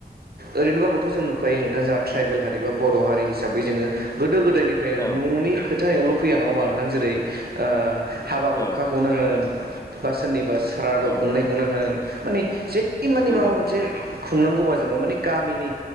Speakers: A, on the right; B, on the left.
A: ओरैनोबाबोथ' जों नुखायो नोंथां जोंहा ट्राइबेल हारि बा बर' हारि हिसाबै जोंङो गोदो गोदायनिफ्रायनो
B: औ
A: न'नि खोथायावल' फैया नङा होमबा नोंथां जेरै ओ हाबा
B: औ
A: हुखाखौनो होन बा सोरनिबा सारादु
B: औ
A: खुंनायखौनो
B: नोंथां
A: होन माने जेखि खामानि
B: नंगौ
A: माव खुंनांगौबा जोंङो माने गामिनि